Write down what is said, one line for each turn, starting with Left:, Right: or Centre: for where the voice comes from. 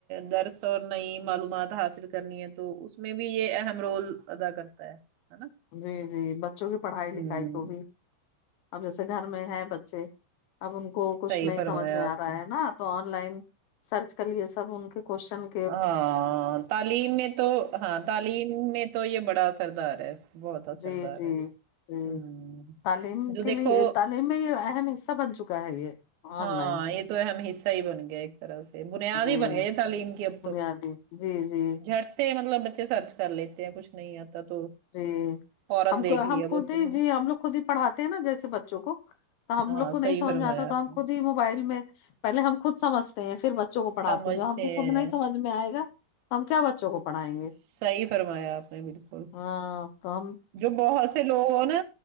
Right: درس اور نئی معلومات حاصل کرنی ہے تو اس میں بھی یہ اہم رول ادا کرتا ہے ہے نا
Left: جی جی بچوں کی پڑھائی لکھائی
Right: ہوں
Left: کو بھی اب جیسے گھر میں ہے بچے اب ان کو کچھ
Right: صحیح
Left: نہیں
Right: فرمایا
Left: سمجھ میں
Right: آپ
Left: آ رہا
Right: نے
Left: ہے نا تو آن لائن سرچ کر لیے سب ان کے کوشن
Right: ہاں تعلیم میں تو ہاں تعلیم میں تو یہ بڑا اثردار ہے بہت اثردار
Left: جی جی
Right: ہے یہ
Left: جی
Right: ہوں
Left: تعلیم
Right: جو
Left: کے
Right: دیکھو
Left: لیے تعلیم میں یہ اہم حصہ بن چکا ہے یہ
Right: ہاں
Left: آن لائن
Right: یہ تو اہم حصہ ہی بن گیا ایک طرح سے بنیاد
Left: جی
Right: ہی بن گیا یہ تعلیم کی اب
Left: بنیادی جی جی
Right: جٹ سے مطلب بچے سرچ کر لیتے ہیں کچھ نہیں آتا تو
Left: جی
Right: فورا
Left: ہم
Right: دیکھ لیا
Left: ہم خود
Right: بس
Left: ہی
Right: انہوں نے
Left: جی ہم لوگ خود ہی پڑھاتے ہیں نا جیسے بچوں کو تو ہم
Right: ہاں
Left: لوگ کو
Right: صحیح
Left: نہیں سمجھ
Right: فرمایا
Left: میں آتا
Right: آپ
Left: تو ہم
Right: نے
Left: خود ہی موبائل میں پہلے ہم خود سمجھتے ہیں پھر بچ بچوں کو پڑھاتے
Right: سمجھتے
Left: ہیں جب ہم کو خود نہیں
Right: ہیں
Left: سمجھ میں آئے گا ہم کیا بچوں کو پڑھائیں گے
Right: صحیح فرمایا آپ نے بالکل
Left: ہاں کم
Right: جو بہت سے لوگ ہو نا